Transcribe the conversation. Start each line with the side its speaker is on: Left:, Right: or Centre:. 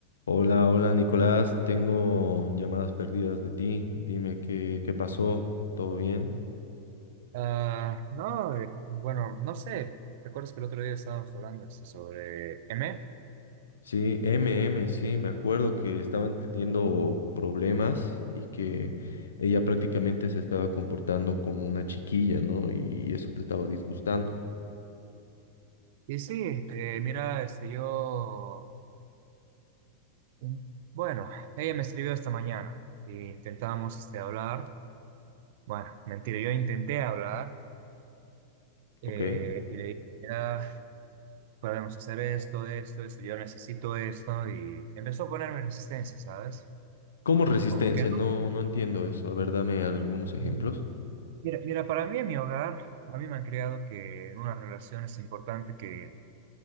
Left: Hola, hola Nicolás, tengo llamadas perdidas de ti. Dime qué, qué pasó, ¿todo bien?
Right: Ah, no, eh, bueno, no sé. ¿Recuerdas que el otro día estábamos hablando este, sobre M?
Left: Sí, MM, sí, me acuerdo que estaban teniendo problemas y que ella prácticamente se estaba comportando como una chiquilla, ¿no? Y eso te estaba disgustando,
Right: Y sí, este, mira, este, yo, in- bueno, ella me escribió esta mañana y intentábamos este, hablar. Bueno, mentira, yo intenté hablar eh,
Left: ¿ok?
Right: y le dije, mira, podemos hacer esto, esto, esto, yo necesito esto y empezó a ponerme resistencia, ¿sabes?
Left: ¿Cómo resistencia?
Right: Como que
Left: No, no entiendo eso. A ver, dame algunos ejemplos.
Right: no. Mira, mira, para mí en mi hogar, a mí me han creado que en una relación es importante que